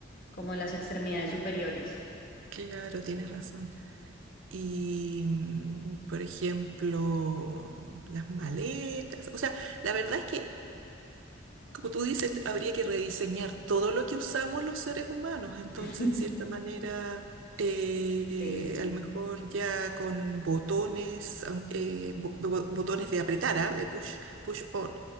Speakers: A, on the left; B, on the right.
A: como las extremidades superiores.
B: claro, tienes razón. Y, mm, por ejemplo, las maletas, o sea, la verdad es que... Como tú dices, habría que rediseñar todo lo que usamos los seres humanos. Entonces,
A: <laughs>
B: en cierta manera, eh,
A: Sí,
B: a lo mejor ya con botones, aunque, eh, bo- bo- botones de apretar, ¿ah? De push, push on,